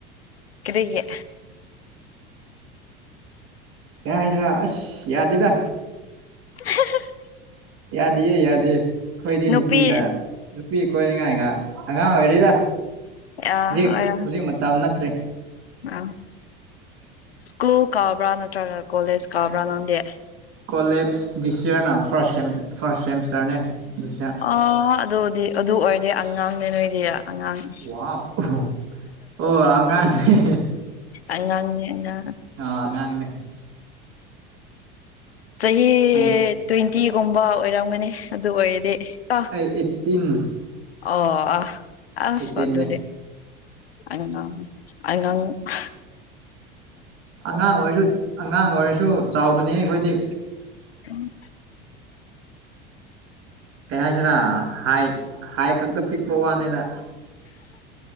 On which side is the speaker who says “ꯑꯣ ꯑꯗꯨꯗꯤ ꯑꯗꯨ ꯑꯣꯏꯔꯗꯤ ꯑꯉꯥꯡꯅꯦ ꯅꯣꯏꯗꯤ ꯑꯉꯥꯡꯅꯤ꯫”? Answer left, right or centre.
Left